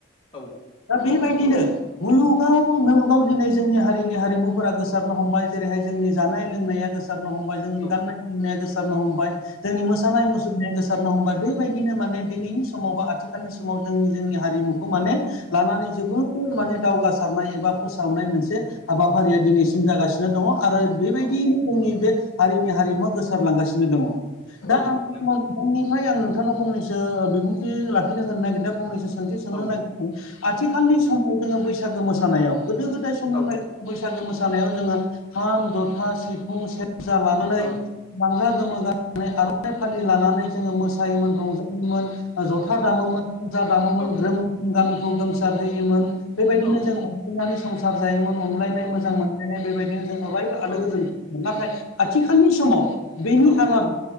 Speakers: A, on the left; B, on the left.
A: औ।
B: दा बेबादिनो मुलुगाव मुलुगाव दिनै जोंनि हारिनि हारिमुफोरा गोसारनो हमबाय जेरैहाय जोंनि जानाय लोंनाया गोसि सारनो हमबाय जोंनि
A: औ
B: गाननाय जोमनाया गोसारनो हमबाय जोंनि मोसानाय मुसुरनाया गोसा सारनो हमबाय बेबायदिनो माने दिनैनि समाव बा आथिखालनि समाव जोंनि जोंनि हारिमुखौ माने लानानै जोबोद जोबोर माने दावगासारनाय एबा फोसावनाय मोनसे हाबाफारिया दिनैसिम जागासिनो दङ आरो। बेबायदियैनो
A: औ
B: जोंनि बे हारिनि हारिमुवा गोसारलांगासिनो दङ दा
A: औ
B: आं
A: नंगौ
B: <unintelligible> आंनिफ्राय आं नोंथांनो फंनैसो बिबुंथि लाखिनो होनो नागिरदों फंनैसो सों सोंथि सोंनो
A: औ
B: नागिरदों आथिखालनि
A: औ
B: समाव जोङो बैसागो मोसानायाव गोदो गोदाय समनिफ्राय
A: औ औ
B: जों बैसागो मोसानायाव जोङो खाम जथा सिफुं सेर जा लानानै
A: औ
B: लांगा गोमो गानानै आर'नाइ फालि लानानै जोङो मोसा योमोन रंजायोमोन ज'था दामोमोन जथा दामोमोन
A: औ
B: ग्रोम गामिखौ गोमसार होयोमोन बेबायदिनो
A: औ
B: जों अनलायनानै संसार जायोमोन अनलायनाय
A: औ
B: मोजां मोन नाय बेबायदिनो जों अरायबो आलो
A: औ
B: गोजोन नाथाय आथिखालनि समावो बेनि
A: औ
B: आलादा